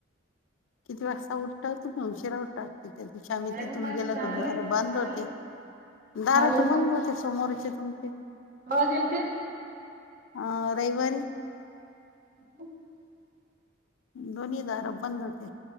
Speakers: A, on the left; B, on the right.
A: किती वाजता उठ तू मु ऊशीरा उठा त्या दिवशी आम्ही
B: नाही
A: तिथून
B: मग मा साले
A: गेलो तर दार
B: साले
A: बंद होते दारा
B: माले
A: तर बंद होते समोरचे तुमचे
B: कवा गेलंते?
A: अ रविवारी!
B: <unintelligible>
A: दोन्ही दार बंद होते.